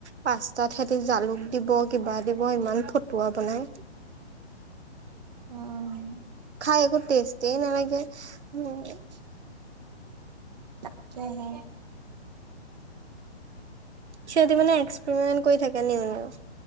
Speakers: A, on the right; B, on the right.
A: পাস্তাত সিহেতি জালুক দিব কিবা দিব ইমান ফটুৱা বনাই।
B: উম,
A: খাই একো টেষ্টে নালাগে। উম
B: <unintelligible> তাকেহে।
A: সিহঁতি মানে এক্সপেৰিমেট কৰি থাকে নিও-নিও।